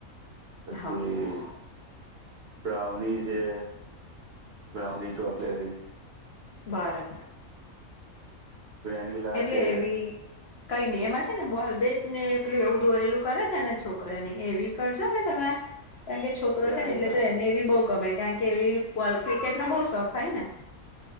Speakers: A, on the right; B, on the left.
A: પછી
B: હા
A: બ્રાઉની જે બ્રાઉની ચોકલેટ ઈ
B: બાર અ
A: વેનીલા
B: એટલે
A: છે
B: એવી કઈ ની એમાં છે ને બોલ બેટ ને એટલું એવું દોરેલું છે ને છોકરા ને એવી કરશો ને તમે કારણ કે છોકરો
A: યા
B: છે ને એટલે
A: યા
B: તો એને એ બહુ ગમે કારણ કે એવી ક્રિકેટનો બહું શોખ હોય ને